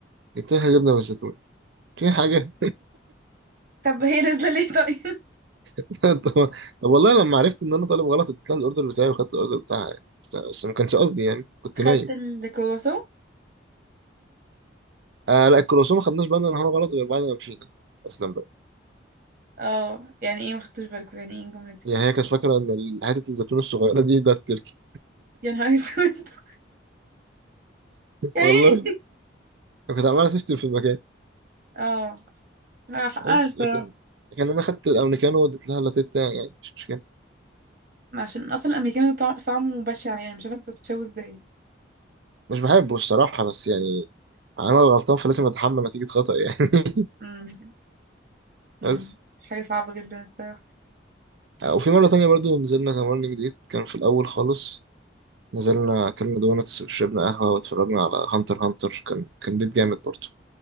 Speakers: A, on the right (about 65°); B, on the right (about 45°).
A: جبت لها جبنة بالزيتون في حاجة
B: طب هي نازلة ليه طيب
A: <laughs> طب طب والله لما عرفت ان انا طالب غلط اديت لها الاوردر بتاعي وخدت الاوردر بتاعها يعني بس ما كانش قصدي يعني كنت
B: <laughs> خدت
A: نايم
B: الكرواسون
A: آه لا الكرواسون ما خدناش بالنا ان هو غلط غير بعد ما مشينا اصلا بقى
B: اه يعني ايه ما خدتش بالك يعني ايه الجملة دي
A: يعني هي كانت فاكره ان ال- حته الزيتون الصغيره دي ده التركي
B: يا نهار اسود <laughs> يعني
A: والله
B: ايه
A: كانت عماله تشتم في المكان
B: اه لا، حقها
A: بس
B: الصراحة
A: لكن لكن انا خدت الامريكانو واديت لها اللاتيه بتاعي يعني مش مشكله
B: ما عشان اصلا الامريكان طع- طعمه بشع يعني مش عارفة انت بتتشوه ازاي
A: مش بحبه الصراحه بس يعني انا الغلطان فلازم اتحمل نتيجه خطأ يعني <laughs>
B: امم أمم.
A: بس
B: حاجة صعبة جدا الصراحة
A: آه، وفي مره تانية برضو نزلنا كمان جديد كان في الاول خالص نزلنا أكلنا دونتس وشربنا قهوة واتفرجنا على هانتر هانتر كان كان ديت جامد برضه